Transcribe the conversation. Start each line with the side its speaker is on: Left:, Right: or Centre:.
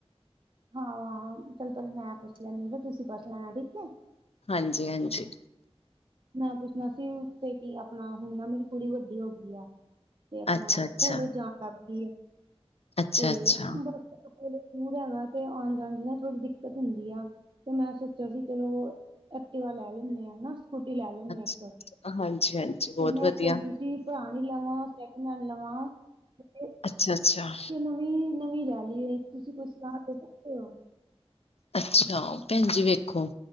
Right: ਹਾਂ ਆ ਪਹਿਲਾ ਮੈਂ ਪੁੱਛ ਲੈਣੀ ਫੇਰ ਤੁਸੀਂ ਪੁੱਛ ਲੈਣਾ ਠੀਕ ਐ
Left: ਹਾਂਜੀ ਹਾਂਜੀ
Right: ਮੈਂ ਪੁੱਛਣਾ ਸੀ ਤੇ ਕੀ ਆਪਣਾ ਹੁਣ ਨਾ ਮੇਰੀ ਕੁੜੀ ਵੱਡੀ ਹੋ ਗਈ ਐ ਤੇ ਆਪਣਾ
Left: ਅੱਛਾ ਅੱਛਾ
Right: ਕੋਲਜ ਜਾਣ ਲੱਗ ਗਈ ਐ
Left: ਅੱਛਾ
Right: ਤੇ
Left: ਅੱਛਾ
Right: ਬਸ ਕੋਲਜ ਦੂਰ ਹੈਗਾ ਤੇ ਆਣ ਜਾਣ ਚ ਨਾ ਥੋੜੀ ਦਿੱਕਤ ਹੁੰਦੀ ਆ ਤੇ ਮੈਂ ਸੋਚਿਆ ਸੀ ਚਲੋ ਐਕਟਿਵਾ ਲੈ ਲੈਨੇ ਆ ਹਨਾ ਸਕੁਟੀ ਲੈ ਲੈਣੇ
Left: ਅੱਛਾ
Right: ਆ ਇੱਕ
Left: ਹਾਂਜੀ ਹਾਂਜੀ ਬਹੁਤ
Right: ਤੇ ਮੈਂ
Left: ਵਧੀਆ
Right: ਸੋਚਦੀ ਸੀ ਪੁਰਾਣੀ ਲਵਾਂ ਸੈਕਿੰਡ ਹੈਨਡ ਲਵਾਂ, <unintelligible>
Left: ਅੱਛਾ, ਅੱਛਾ
Right: ਕਿ ਨਵੀਂ ਨਵੀਂ ਲੈ ਲਈਏ ਤੁਸੀਂ ਕੁਛ ਸਲਾਹ ਦੇ ਸਕਦੇ ਹੋ
Left: ਅੱਛਾ ਭੈਣਜੀ ਵੇਖੋ